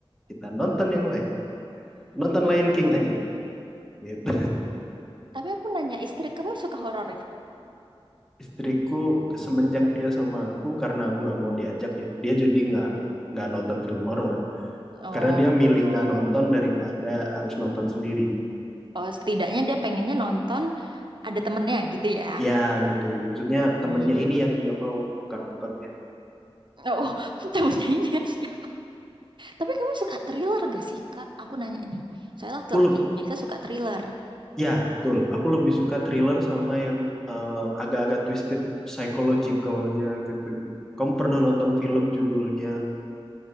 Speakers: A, in the centre; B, on the right.
A: kita nonton yang lain nonton Lion King aja gitu
B: tapi aku nanya istri kamu suka horor gak?
A: <laughs> istriku semenjak dia sama aku karena aku nggak mau diajak ya dia jadi nggak nggak nonton film horor
B: Oh,
A: karena dia milih nggak nonton daripada harus nonton sendiri
B: Oh, setidaknya dia pengennya nonton ada temennya gitu ya.
A: ya gitu maksudnya temennya
B: Hmm.
A: ini yang dia mau bukan nontonnya
B: oh, <laughs> temennya ini ada. Tapi kamu suka thriller gak sih, Kak? Aku nanya nih. saya laki-laki
A: aku
B: biasa suka thriller.
A: Ya, betul. Aku lebih suka thriller sama yang eh, agak-agak twisted psychological-nya gitu. Kamu pernah nonton film judulnya